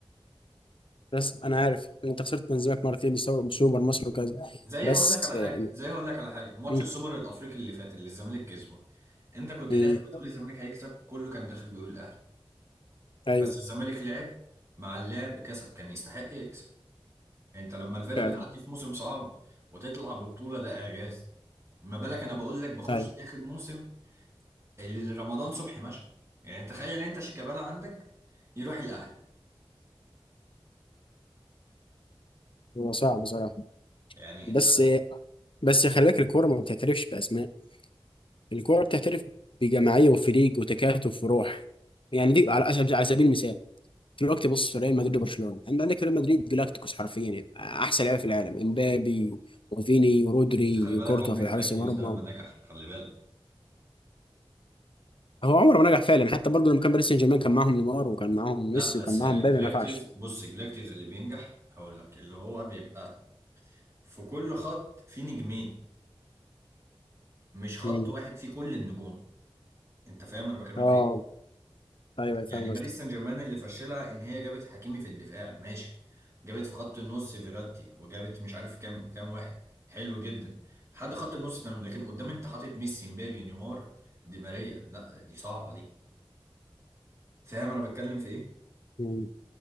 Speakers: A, on the left; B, on the right.
A: بس انا عارف انت خسرت من زمانك مرتين سو- سوبر مصر وكذا
B: زي
A: بس
B: هقول لك على
A: يعني
B: حاجه زي هقول لك على حاجه ماتش
A: م-
B: السوبر الافريقي اللي فات اللي الزمالك كسبه انت كنت
A: م-
B: داخل بتقول الزمالك هيكسب كله كان داخل بيقول الاهلي
A: ايوه
B: بس الزمالك لعب مع اللعب كسب كان يستحق يكسب انت لما الفرقه
A: فعلا
B: بتعدي في موسم صعب وتطلع ببطوله ده اعجاز ما بالك انا بقول لك بخش
A: ايوه
B: اخر موسم ال- رمضان صبحي ماشي يعني تخيل انت شيكابالا عندك يروح الاهلي
A: هو صعب بصراحه
B: يعني
A: بس
B: انت
A: بس خلي بالك الكوره ما بتعترفش باسماء الكورة بتحترف بجماعية وفريق وتكاتف وروح يعني دي على سبيل على سبيل المثال دلوقتي بص في ريال مدريد وبرشلونة انت عندك ريال مدريد جلاكتيكوس حرفيا يعني احسن لعيبة في العالم امبابي وفيني ورودري
B: خلي بالك
A: وكورتوا
B: عمر
A: في
B: جلاكتيوس
A: حارس المرمى
B: ده ما نجح خلي بالك
A: هو عمره ما نجح فعلا حتى برضه لما كان باريس سان جيرمان كان معاهم نيمار وكان معاهم
B: لا
A: ميسي
B: بس
A: وكان معاهم
B: جلاكتيوس
A: مبابي ما نفعش
B: بص جلاكتيوس اللي بينجح هقول لك اللي هو بيبقى في كل خط في نجمين مش خط
A: مم.
B: واحد فيه كل النجوم انت فاهم انا بكلمك
A: اه
B: في ايه
A: ايوه أيوة، فاهم
B: يعني باريس
A: قصدك
B: سان جيرمان اللي فشلها ان هي جابت حكيمي في الدفاع ماشي جابت في خط النص فيراتي وجابت مش عارف كام كام واحد حلو جدا لحد خط النص تمام لكن قدام انت حاطط ميسي مبابي نيمار دي ماريا لا دي صعبه دي فاهم انا بتكلم في ايه
A: مم.